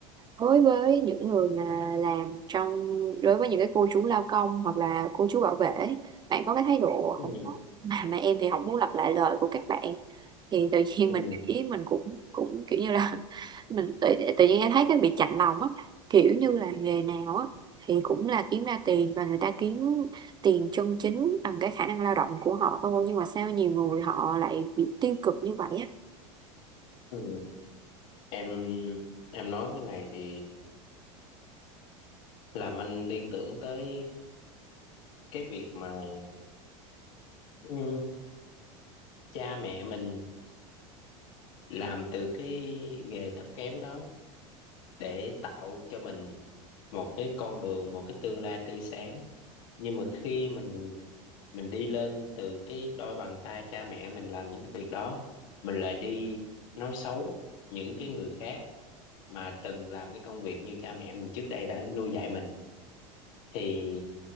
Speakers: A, on the right; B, on the left.
A: đối với những người mà làm trong đối với những cái cô chú lao công hoặc là cô chú bảo vệ ấy. bạn có cái thái độ
B: ừ
A: không tốt mà mà em thì không muốn lặp lại lời của các bạn thì tự nhiên
B: ừ
A: mình <laughs> ý mình cũng cũng kiểu như là <laughs> mình tự, tự nhiên em thấy cái bị chạnh lòng á kiểu như là nghề nào á thì cũng là kiếm ra tiền và người ta kiếm tiền chân chính bằng cái khả năng lao động của họ thôi nhưng mà sao nhiều người họ lại bị tiêu cực như vậy á
B: ừ em em nói cái này thì làm anh liên tưởng tới cái việc mà ừ, cha mẹ mình làm từ cái nghề thấp kém đó để tạo cho mình một cái con đường một cái tương lai tươi sáng nhưng mà khi mình mình đi lên từ cái đôi bàn tay cha mẹ mình làm những cái việc đó mình lại đi nói xấu những cái người khác mà từng làm cái công việc như cha mẹ mình trước đây đã nuôi dạy mình thì